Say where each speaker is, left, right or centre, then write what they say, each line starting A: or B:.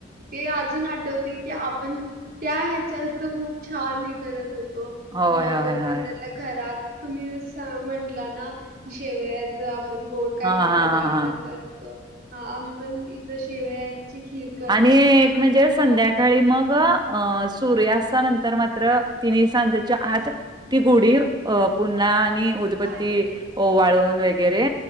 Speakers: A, on the right (about 50°); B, on the right (about 25°).
A: ते अजून आठवतय की आपण त्या ह्याच्याच खूप छान हे करत होतो. त
B: होय,
A: मग
B: होय, होय.
A: नंतरला घरात तुम्ही जस म्हंटला ना की शेवया आपण गोड काय
B: हां,
A: तर
B: हां,
A: पदार्थ
B: हां, हां.
A: करतो. हा, आम्ही पण इथं शेवयाची खिर
B: आणि एक म्हणजे संध्याका सकाळी, मग अ सूर्यास्ता नंतर मात्र तिन्ही सांजच्या आत. ती गोडी अ पुन्हा आणि उदबती
A: खाली घ्यायची
B: ओवाळून वगैरे